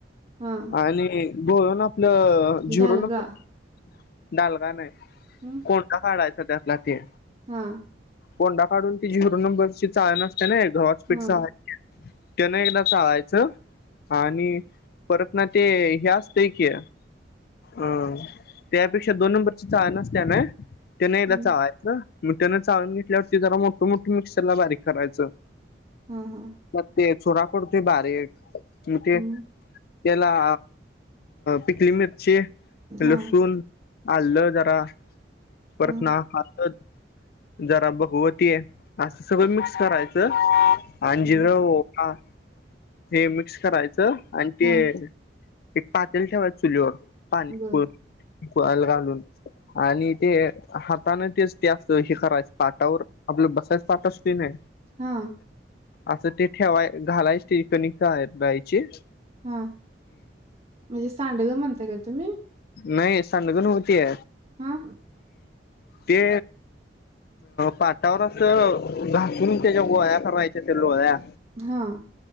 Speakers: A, on the right; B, on the left.
A: ह
B: आणि घोळून आपलं झिरो
A: डालगा
B: नंबरच डालडा नाही
A: हम्म
B: कोंडा काढायचा त्यातला ते
A: हा.
B: कोंडा काढून ती झिरो नंबरची चाळण असते ना, गव्हाचं पीठ
A: हा
B: चाळायची त्यान एकदा चाळायचं आणि परत ना ते हे असतं की? अ, त्यापेक्षा दोन नंबरची चाळन आसते ना त्यान एकदा
A: हं
B: चायच. मग त्यानं चाळून घेतल्यावर ते जरा मोठ, मोठ, मिक्सर ला बारीक करायचं.
A: हा, हा,
B: मग ते चुरा पडतोय बारीक, म ते
A: हं
B: त्याला, पिकली मिरची, लसूण
A: हा
B: आल्लं जरा परतना
A: हा
B: <inaudible> जरा भगवतीय असं सगळं मिक्स करायचं आणि जिरं
A: हा
B: हा, ते मिक्स करायचं आणि ते
A: हा
B: एक पातल ठेवायच चुलीवर पाणी
A: बर
B: उकळायला घालून आणि ते हाताने तेच ते अस हे करायच पाटावर, आपलं बसायच पाट असतोय ना?
A: हा.
B: असं ते ठेवाय घालायच ते कनी <unintelligible>
A: हा, म्हणजे सांडगं म्हणताय का तुम्ही?
B: नाही साडंग नव्ह ते
A: हा
B: ते पाटावर अस घासून त्यांच्या लोळ्या करायच्या त्या लोळ्या,
A: हा